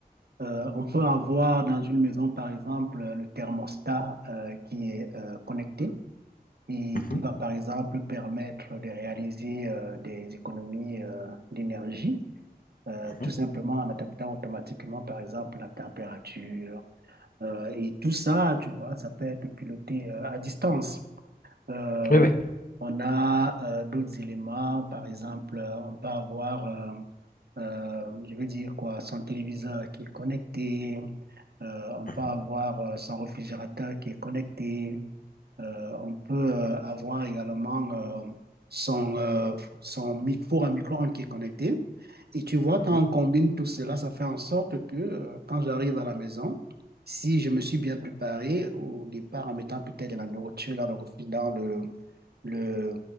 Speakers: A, on the right; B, on the left.
A: euh, on peut avoir dans une maison, par exemple, euh, le thermostat euh, qui est euh, connecté et
B: Mhm,
A: qui va, par exemple, permettre de réaliser euh, des économies euh, d'énergie, euh,
B: mhm.
A: tout simplement en adaptant automatiquement, par exemple, la température Euh, et tout ça, tu vois, ça peut être piloté euh, à distance. Euh,
B: Oui, oui.
A: on a euh, d'autres éléments, par exemple, euh, on peut avoir, euh, euh, je veux dire quoi, son téléviseur qui est connecté, euh, on
B: Mhm,
A: peut avoir euh, son réfrigérateur qui est connecté, euh, on peut euh, avoir également euh, son, euh, son mi- four à micro-ondes qui est connecté. Et tu vois,
B: mhm,
A: quand on combine tout cela, ça fait en sorte que euh, quand j'arrive à la maison, si je me suis bien préparé au départ en mettant peut-être de la nourriture dans le, refri- dans le, le,